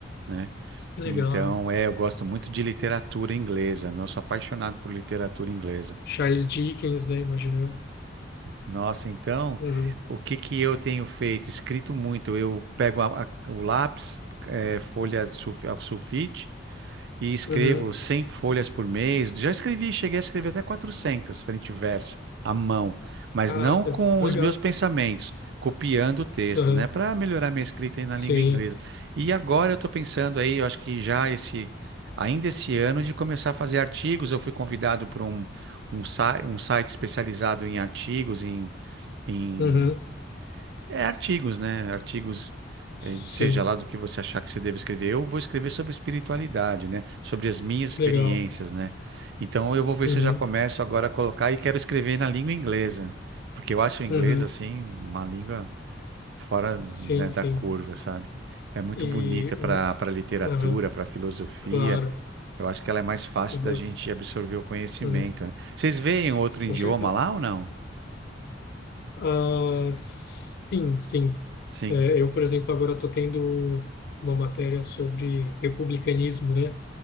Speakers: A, on the right (about 65°); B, on the left (about 60°).
A: né?
B: Legal.
A: Então, é, eu gosto muito de literatura inglesa, né? eu sou apaixonado por literatura inglesa.
B: Charles Dickens, né? Imagino eu.
A: Nossa, então,
B: Uhum,
A: o que que eu tenho feito? Escrito muito. Eu pego a- a- o lápis, é, folha de sulf- a sulfite, e escrevo
B: uhum.
A: 100 folhas por mês. Já escrevi, cheguei a escrever até 400 frente e verso, à mão, mas
B: Caracas,
A: não com
B: que
A: os
B: legal.
A: meus pensamentos, copiando textos,
B: Aham,
A: né, para melhorar minha escrita aí na
B: Sim.
A: língua inglesa. E agora eu estou pensando aí, eu acho que já esse, ainda esse ano, de começar a fazer artigos. Eu fui convidado por um, um, si- um site especializado em artigos, em
B: Uhum,
A: é, artigos, né? Artigos,
B: sim,
A: eh, seja lá do que você achar que você deve escrever. Eu vou escrever sobre espiritualidade, né? Sobre as minhas
B: que
A: experiências,
B: legal.
A: né? Então eu vou ver
B: Uhum,
A: se eu já começo agora a colocar e quero escrever na língua inglesa, porque eu acho o inglês
B: uhum,
A: assim uma língua fora, né,
B: sim, sim.
A: da curva, sabe? É muito
B: E,
A: bonita para
B: hum,
A: para literatura,
B: aham,
A: para filosofia.
B: claro.
A: Eu acho que ela é mais fácil
B: E você,
A: da gente absorver o conhecimento,
B: uhum,
A: né? Vocês veem outro
B: com
A: idioma
B: certeza.
A: lá ou não?
B: Ah, sim, sim.
A: Sim,
B: É, eu, por exemplo, agora estou tendo uma matéria sobre republicanismo, né?